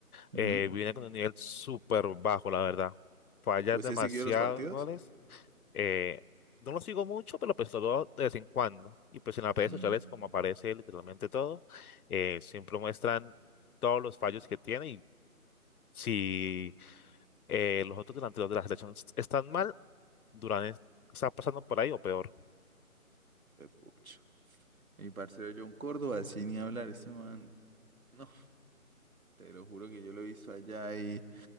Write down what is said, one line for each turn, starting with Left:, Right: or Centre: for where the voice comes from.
Right: Ujú.
Left: eh, viene con un nivel súper bajo, la verdad. Falla
Right: ¿Vos
Left: demasiados
Right: sí has seguido los partidos?
Left: goles Eh, no lo sigo mucho, pero pues lo veo de vez en cuando. Y pues en las redes
Right: Mm,
Left: sociales, como aparece literalmente todo, eh, siempre muestran todos los fallos que tiene y si eh, los otros delanteros de la selección est- están mal, Durán es- está pasando por ahí o peor.
Right: pucha. Mi parcero John Córdoba, sin ni hablar, ese man, no, te lo juro que yo lo he visto allá y